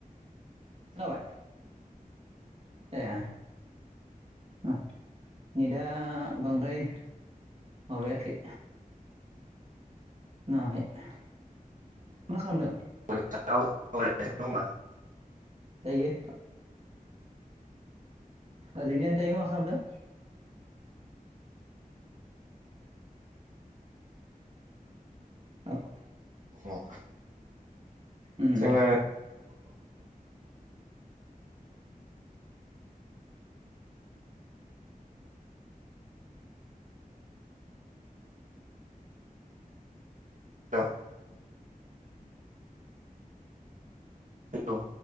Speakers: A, on the right; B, on the right.
A: खोनाबाय ए ओ नेटआ बांद्राय माबायाखै नाङाखै मा खालामदों
B: <inaudible>
A: दायो ओरैनो दायो मा खालामदों? आङो
B: अ
A: उम
B: जोंङो औ हेल'